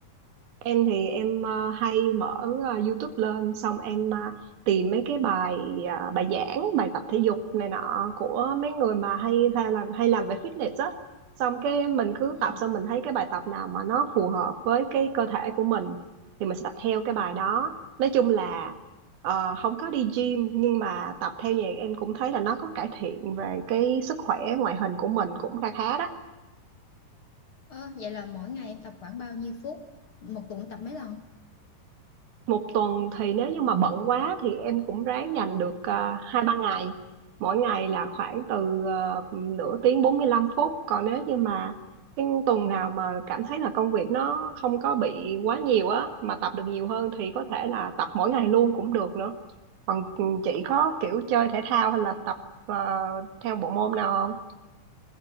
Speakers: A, on the right; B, on the left.
A: Em thì em ờ, hay mở ờ, YouTube lên xong em ờ, tìm mấy cái bài ờ, bài giảng, bài tập thể dục này nọ của mấy người mà hay hay làm hay làm về fitness á. Xong cái mình cứ
B: ừ.
A: tập xong mình thấy cái bài tập nào mà nó phù hợp với cái cơ thể của mình thì mình sẽ tập theo cái bài đó. Nói chung là ờ, không có đi gym nhưng mà tập theo nhạc em cũng thấy là nó có cải thiện về cái sức khỏe ngoại hình của mình cũng khá khá đó.
B: Ờ, Vậy là mỗi ngày em tập khoảng bao nhiêu phút Một tuần tập mấy lần
A: một tuần thì nếu như mà bận quá thì em cũng ráng dành được à, hai ba ngày mỗi ngày là khoảng từ à, nửa tiếng 45 phút còn nếu như mà cái tuần nào mà cảm thấy là công việc nó không có bị quá nhiều á mà tập được nhiều hơn thì có thể là tập mỗi ngày luôn cũng được nữa còn ừ, chị có kiểu chơi thể thao hay là tập à, theo bộ môn nào không